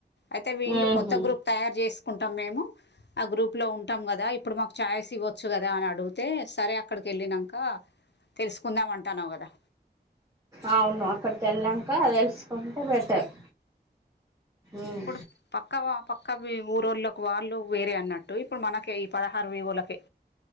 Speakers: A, on the left; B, on the right.
A: అయితే వీళ్ళు
B: ఉహు
A: కొత్త గ్రూప్ తయారు చేసుకుంటాం మేము ఆ గ్రూప్ లో ఉంటాం కదా ఇప్పుడు మాకు చాయస్ ఇవ్వచ్చు కదా అని అడుగితే సరే అక్కడికి వెళ్ళినాక తెలుసుకుందాం అంటన్నావు కదా
B: అవును అక్కడికి వెళ్ళాక తెలుసుకుంటే బెటర్ ఉమ్
A: ఇప్పుడు పక్క వ పక్కవి ఊరోళ్ళకి వాళ్ళు వేరే అన్నట్టు ఇప్పుడు మనకి ఈ పదహారు విఓ లకే